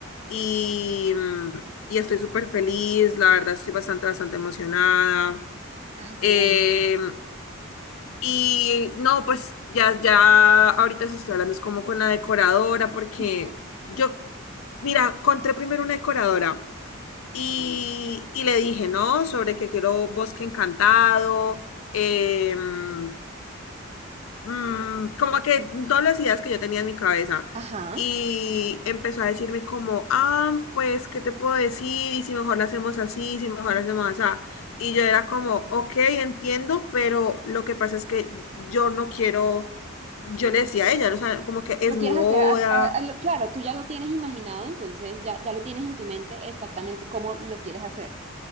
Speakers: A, on the left (about 75°); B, on the right (about 30°).
A: Y, mm, y estoy súper feliz, la verdad estoy bastante, bastante emocionada.
B: Ay, qué
A: Em,
B: bueno.
A: Y no, pues ya, ya ahorita se estoy hablando, es como con la decoradora, porque
B: Ujú.
A: yo, mira, encontré primero una decoradora y, y le dije, ¿no? Sobre que quiero bosque encantado, em, mm, como que todas las ideas que yo tenía en mi cabeza.
B: Ajá.
A: Y empezó a decirme como, ah, pues, ¿qué te puedo decir? Y si mejor lo hacemos así, si mejor lo hacemos así. Y yo era como, ok, entiendo, pero lo que pasa es que yo no quiero, yo le decía a ella, ¿no? O sea, como que es
B: ¿Lo
A: mi
B: quieres
A: boda.
B: hacer? a- a- a lo- claro, tú ya lo tienes imaginado, entonces ya, ya lo tienes en tu mente exactamente cómo lo quieres hacer.